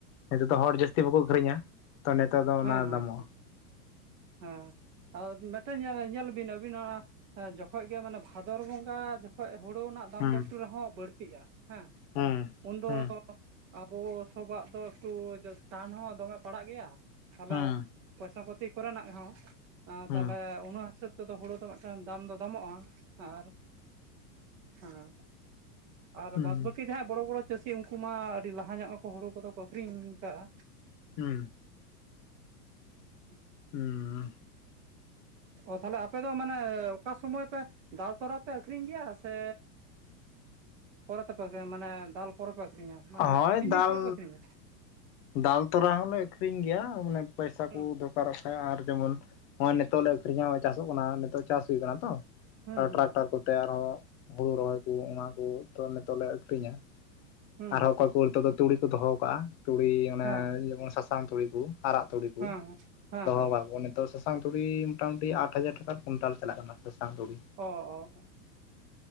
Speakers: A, on the left; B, on the right.
A: ᱱᱤᱛᱚᱜ ᱫᱚ ᱦᱚᱲ ᱡᱟᱹᱥᱛᱤ ᱵᱟᱠᱚ ᱟᱹᱠᱷᱨᱤᱧᱟ᱾ ᱛ ᱱᱮᱛᱚᱜ ᱫᱚ
B: ᱦᱮᱸ
A: ᱚᱱᱟ
B: ᱦᱮᱸ
A: ᱫᱟᱢᱚᱜᱼᱟ
B: ᱦᱮᱸ, ᱦᱮᱸ ᱟᱫᱚ ᱢᱤᱫᱴᱮᱱ ᱧᱮ ᱧᱮᱞ ᱵᱤᱱ ᱟᱹᱵᱤᱱ ᱚᱱᱟ ᱡᱚᱠᱷᱚᱡ ᱜᱮ ᱢᱟᱱᱮ ᱵᱷᱟᱫᱚᱨ ᱵᱚᱸᱜᱟ ᱡᱚᱠᱷᱚᱡ ᱦᱳᱲᱳ ᱱᱟᱜ ᱫᱟᱢ
A: ᱦᱩᱸ
B: ᱫᱚ ᱮᱠᱴᱩ ᱨᱮᱦᱚᱸ ᱵᱟᱹᱲᱛᱤᱜᱼᱟ ᱦᱮᱸ,
A: ᱦᱩᱸ
B: ᱩᱱᱫᱚ
A: ᱦᱩᱸ
B: ᱟᱵᱚ ᱥᱚᱵᱟᱜ ᱫᱚ ᱮᱠᱴᱩ ᱴᱟᱱ ᱦᱚᱸ ᱫᱚᱢᱮ ᱯᱟᱲᱟᱜ ᱜᱮᱭᱟ, ᱛᱟᱦᱚᱞᱮ
A: ᱦᱩᱸ
B: ᱯᱚᱭᱥᱟ ᱯᱟᱛᱤ ᱠᱚᱨᱮᱱᱟᱜ ᱦᱚᱸ, ᱟᱸ
A: ᱦᱩᱸ
B: ᱛᱟᱦᱚᱞᱮ ᱚᱱᱟ ᱦᱤᱥᱟᱹᱵ ᱛᱮ ᱫᱚ ᱦᱳᱲᱳ ᱫᱚ ᱢᱤᱫᱴᱟᱝ ᱫᱟᱢ ᱫᱚ ᱫᱟᱢᱚᱜᱼᱟ, ᱟᱨ ᱦᱮᱸ ᱟᱨ
A: ᱦᱩᱸ
B: ᱵᱟᱫᱽ ᱵᱟᱹᱠᱤ ᱡᱟᱦᱟᱸᱭ ᱵᱚᱲᱚ ᱵᱚᱲᱚ ᱪᱟᱹᱥᱤ ᱩᱝᱠᱩ ᱢᱟ ᱟᱹᱰᱤ ᱞᱟᱦᱟ ᱧᱚᱜ ᱢᱟᱠᱚ ᱦᱳᱲᱳ ᱠᱚᱫᱚ ᱠᱚ ᱟᱠᱷᱨᱤᱧ ᱠᱟᱜᱼᱟ᱾
A: ᱦᱩᱸ᱾
B: <inaudible>
A: ᱦᱩᱸᱻ᱾
B: ᱚ ᱛᱟᱦᱚᱞᱮ ᱟᱯᱮ ᱫᱚ ᱢᱟᱱᱮ ᱚᱠᱟ ᱥᱚᱢᱚᱭ ᱯᱮ ᱫᱟᱞ ᱛᱚᱨᱟ ᱯᱮ ᱟᱹᱠᱷᱨᱤᱧ ᱜᱮᱭᱟ ᱥᱮ ᱯᱚᱨᱮ ᱛᱮᱯᱮ ᱜᱮ ᱢᱟᱱᱮ ᱫᱟᱞ ᱯᱚᱨᱮ ᱯᱮ ᱟᱹᱠᱷᱨᱤᱧᱟ, ᱢᱟᱱᱮ
A: ᱦᱳᱭ
B: ᱛᱤᱱ ᱫᱤᱱ
A: ᱫᱟᱞ
B: ᱯᱚᱨᱮ ᱯᱮ ᱟᱹᱠᱷᱨᱤᱧᱟ?
A: ᱫᱟᱞ ᱛᱚᱨᱟ ᱦᱚᱸᱞᱮ ᱟᱠᱷᱨᱤᱧ ᱜᱮᱭᱟ ᱢᱟᱱᱮ ᱯᱚᱭᱥᱟ
B: ᱦᱩᱸ
A: ᱠᱚ ᱫᱚᱨᱠᱟᱨᱚᱜ ᱠᱷᱟᱡ ᱟᱨ ᱡᱮᱢᱚᱱ ᱦᱚᱜᱼᱚᱭ ᱱᱤᱛᱚᱜ ᱞᱮ ᱟᱹᱠᱷᱨᱤᱧᱟ ᱦᱚᱸᱜ-ᱚᱭ ᱪᱟᱥᱚᱜ ᱠᱟᱱᱟ ᱱᱤᱛᱚᱜ ᱪᱟᱥ ᱦᱩᱭᱩ ᱠᱟᱱᱟ ᱛᱚ᱾
B: ᱦᱩᱸ ᱦᱩᱸ
A: ᱴᱨᱟᱠᱴᱟᱨ ᱠᱚᱛᱮ ᱟᱨᱦᱚᱸ ᱦᱩᱲᱩ ᱨᱚᱦᱚᱭ ᱠᱚ ᱚᱱᱟ ᱠᱚ ᱛᱚ ᱱᱤᱛᱚᱜ ᱞᱮ ᱟᱠᱷᱨᱤᱧᱟ᱾
B: ᱦᱩᱸ
A: ᱟᱨᱦᱚᱸ ᱚᱠᱚᱭ ᱠᱚᱦᱚᱲ ᱛᱚ ᱫᱚ ᱛᱩᱲᱤ ᱠᱚ ᱫᱚᱦᱚ ᱠᱟᱜᱼᱟ᱾ ᱛᱩᱲᱤ ᱚᱱᱮ
B: ᱦᱮᱸ
A: ᱡᱮᱢᱚᱱ ᱥᱟᱥᱟᱝ ᱛᱩᱲᱤ ᱠᱚ᱾ ᱟᱨᱟᱜ ᱛᱩᱲᱤ ᱠᱚ
B: ᱦᱮᱸ ᱦᱮᱸ
A: ᱫᱚᱦᱚᱣ
B: ᱦᱮᱸ
A: ᱠᱟᱜ ᱠᱚ ᱚᱱᱮ ᱛᱚ ᱥᱟᱥᱟᱝ ᱛᱩᱲᱤ ᱢᱚᱴᱟᱢᱩᱴᱤ ᱟᱴ ᱦᱟᱡᱟᱨ ᱴᱟᱠᱟ ᱠᱩᱭᱱᱴᱟᱞ ᱪᱟᱞᱟᱜ ᱠᱟᱱᱟ ᱥᱟᱥᱟᱝ ᱛᱩᱲᱤ᱾
B: ᱚ ᱚ᱾